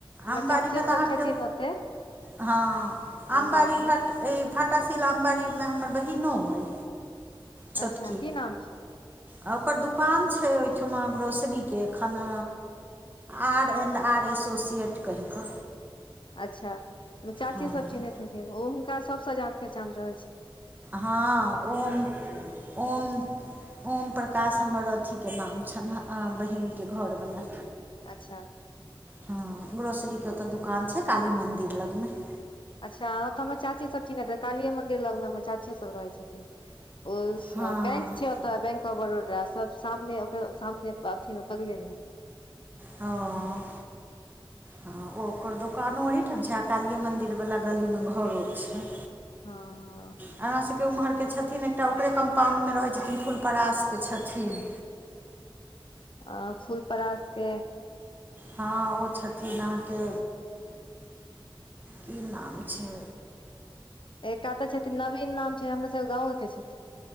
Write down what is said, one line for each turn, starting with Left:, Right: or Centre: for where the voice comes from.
Left: हमर
Right: आमबाड़ीमे
Left: चाचियो सब
Right: तऽ अहाँके
Left: छथिन ओते
Right: हँ आमबड़ी
Left: आमबाड़ी मे
Right: फट ई फाटा सीलमबाड़ीमे हमर बहिनो अइ छोटकी
Left: अच्छा की नाम छै
Right: आ ओकर दोकान छै ओहिठिमा ग्रोसरीकेखन आर एंड आर एसोसिएट कहि कऽ
Left: अच्छा चाचीसभ
Right: हँ
Left: चिन्हैत हथिन ओ हुनका सभसँ जान पहचान रहै छनि
Right: हँ ओम ओम ओम प्रकाश हमर अथीके नाम छन हँ बहिनके घरवला
Left: अच्छा
Right: हँ ग्रोसरी के ओते दुकान छै काली मंदिर लग मे
Left: अच्छा तऽ हमर चाचीसभ छी ने तऽ कालिये मन्दिर लगमे हमर चाचियोसभ रहै छथिन ओ
Right: हँ
Left: बैंक छै बैंक ऑफ बड़ोदा सब सामने ओकरा सामने अथी मे बगले मे
Right: हँ हँ ओ ओकर दोकानो ओहठाम छै आ कालिये मन्दिरवला गलीमे घरो छै
Left: हँ हँ
Right: हमरासभके ओम्हरके छथिन एकटा ओकरे कम्पाउणडमे रहै छथिन फुलपरासके छथिन
Left: आ फूलपरश के
Right: हँ ओ छथिन अहाँके की नाम छै
Left: कतऽ छथिन नवीन नाम छै हमर सभके गाँवेके छथिन